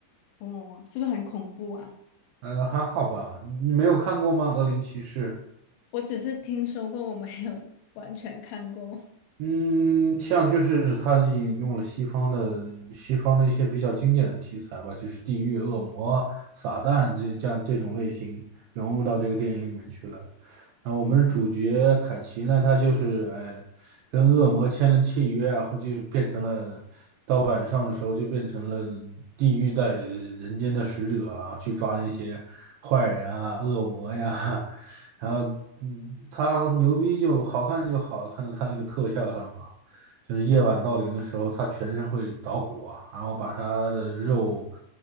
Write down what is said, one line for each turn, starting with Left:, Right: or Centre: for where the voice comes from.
Left: 哦，是不是很恐怖啊？
Right: 呃，还好吧？你没有看过吗？《恶灵骑士》
Left: 我只是听说过，我没有完全看过。
Right: 嗯，像就是他引用了西方的西方的一些比较经典的题材吧，就是地狱、恶魔、撒旦这这样这种类型融入到这个电影里面去了。然后我们的主角凯奇呢，他就是哎跟恶魔签了契约，然后就变成了到晚上的时候就变成了地狱在人间的使者啊，去抓那些坏人啊、恶魔呀。<laughs> 然后，嗯，他牛逼就好看就好看在他那个特效上嘛，就是夜晚到临的时候，他全身会着火，然后把他的肉、